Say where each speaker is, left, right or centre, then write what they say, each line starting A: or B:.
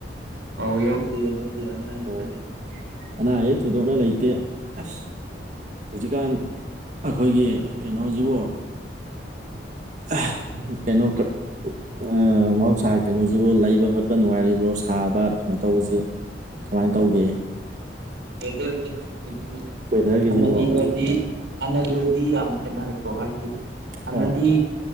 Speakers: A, on the right; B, on the right.
A: ꯑꯥꯎ ꯌꯥꯎꯗ‌ꯦ ꯅ‌ꯣꯏꯗꯤ ꯑꯅꯥ ꯑꯌ‌ꯦꯛ
B: ꯑꯣ
A: ꯀꯥ ꯂꯩꯕꯔ‌ꯣ
B: ꯑꯅꯥ ꯑꯌꯦꯛ ꯊꯣꯏꯗꯣꯛꯅ ꯂꯩꯇꯦ ꯑꯁ ꯍꯧꯖꯤꯛꯀꯥꯟ ꯑꯩꯈꯣꯏꯒꯤ ꯀꯩꯅꯣꯁꯤꯕꯨ ꯑꯍ ꯀꯩꯅꯣ ꯀꯛ ꯑꯥ ꯃꯍꯧꯁꯥ ꯀꯩꯅꯣꯁꯤꯕꯨ ꯂꯩꯕ ꯈꯣꯠꯄ ꯅꯨꯡꯉꯥꯏꯔꯤꯕ꯭ꯔꯣ ꯁꯥꯕ ꯀꯩꯅꯣ ꯇꯧꯕꯁꯤ ꯀꯃꯥꯏꯅ ꯇꯧꯒꯦ
A: <unintelligible>
B: ꯋꯦꯗꯔꯒꯤꯁꯤꯕꯣ
A: ꯍꯥꯏꯒꯒꯗꯤ ꯍꯥꯟꯅꯒꯗꯤ ꯌꯥꯝ ꯈꯦꯠꯅꯔꯦꯀꯣ ꯍꯥꯏꯗꯤ ꯍꯥꯟꯅꯗꯤ
B: ꯍꯣꯏ